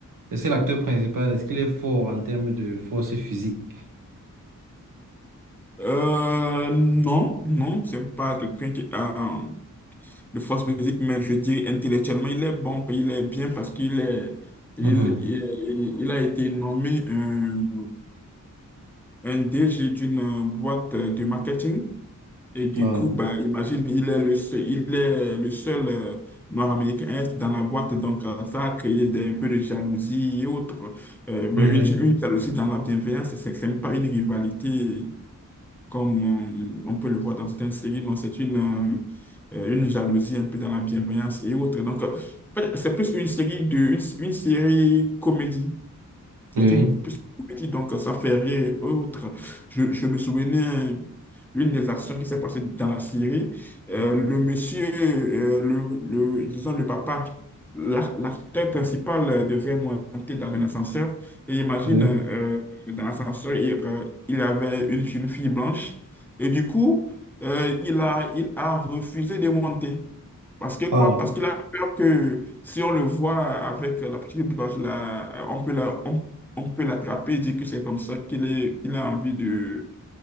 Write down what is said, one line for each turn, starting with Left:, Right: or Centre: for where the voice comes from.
Right: Et c'est l'acteur principal. Est-ce qu'il est fort en termes de force physique?
Centre: Euh, non, non, c'est pas quelqu'un qui a euh, de force physique, mais je dis intellectuellement, il est bon, puis il est bien parce qu'il est, il,
Right: Mhm.
Centre: il, il a été nommé un, un DG d'une boîte de marketing. Et du
Right: Wow.
Centre: coup, bah, imagine, il est le seul, il est le seul euh, noir américain est dans la boîte, donc euh, ça a créé des- un peu de jalousie et autres. Euh, mais
Right: Mhm.
Centre: une, une jalousie dans la bienveillance, c'est c'est même pas une rivalité comme euh, on peut le voir dans certaines séries, non, c'est une, euh, euh, une jalousie un peu dans la bienveillance et autres. Donc, euh, en fait, c'est plus une série de, une, une série comédie. C'est
Right: Oui,
Centre: une plus une comédie, donc euh, ça fait rire et autres. Je, je me souvenais l'une des actions qui s'est passée dans la Syrie. Euh, le monsieur, euh, le, le- disons le papa, l'ar- l'acteur principal euh, devait monter dans un ascenseur. Et imagine,
Right: oui.
Centre: euh, dans l'ascenseur, il, euh, il avait une jeune fille blanche. Et du coup, euh, il a, il a refusé de monter. Parce que quoi?
Right: Wow.
Centre: Parce qu'il a peur que si on le voit avec la petite blanche là, on peut la, on on peut l'attraper, dire que c'est comme ça qu'il est, qu'il a envie de,